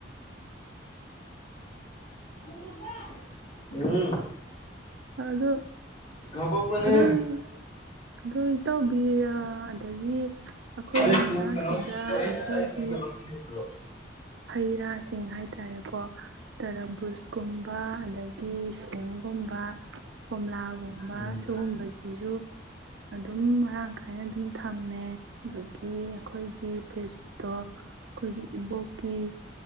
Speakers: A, on the left; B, on the right.
A: ꯃꯂꯦꯃꯉꯟꯕ ꯎꯝ
B: ꯑꯗꯨ
A: ꯀꯥꯄꯛꯄꯅꯦ
B: ꯀꯗꯥꯏꯅꯣ ꯑꯗꯣ ꯏꯇꯥꯎꯕꯤ ꯑꯗꯒꯤ ꯑꯈꯣꯏꯒꯤ
A: ꯑꯩ ꯀꯩꯅꯣ
B: ꯃꯅꯥꯛꯁꯤꯗ
A: ꯀꯩꯅꯣ ꯑꯩ
B: ꯑꯈꯣꯏꯒꯤ
A: ꯑꯩ ꯀꯩꯅꯣ
B: ꯍꯩ ꯔꯥꯁꯤꯡ ꯍꯥꯏꯇꯥꯔꯦꯀꯣ ꯇꯔꯕꯨꯁꯀꯨꯝꯕ ꯑꯗꯒꯤ ꯁꯦꯝꯒꯨꯝꯕ ꯀꯣꯝꯂꯥꯒꯨꯝꯕ
A: ꯎꯝ
B: ꯁꯤꯒꯨꯝꯕꯁꯤꯁꯖꯨ ꯑꯗꯨꯝ ꯃꯔꯥꯡ ꯀꯥꯏꯅ ꯑꯗꯨꯝ ꯊꯝꯃꯦ ꯑꯗꯒꯤ ꯑꯈꯣꯏꯒꯤ ꯐ꯭ꯔꯤꯖꯇꯣ ꯑꯈꯣꯏꯒꯤ ꯏꯕꯣꯛꯀꯤ